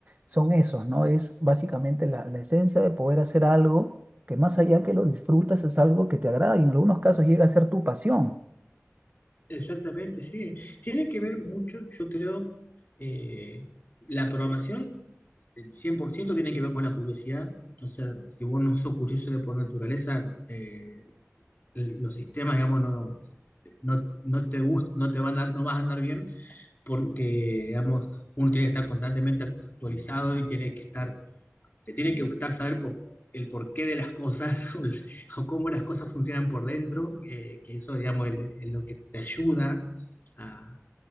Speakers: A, on the right; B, on the left.
A: son esos, ¿no? Es básicamente la, la esencia de poder hacer algo que más allá que lo disfrutas es algo que te agrada y en algunos casos llega a ser tu pasión.
B: Exactamente, sí. Tiene que ver mucho, yo creo, eh, la programación, el 100% tiene que ver con la curiosidad. O sea, si vos no sos curioso de por naturaleza, eh, los sistemas, digamos, no, no, no te gust- no te van a, no vas a andar bien porque, digamos, uno tiene que estar constantemente actualizado y tiene que estar, te tiene que gustar saber por, el porqué de las cosas <laughs> o, el- o cómo las cosas funcionan por dentro, eh, que eso, digamos, el- es lo que te ayuda a,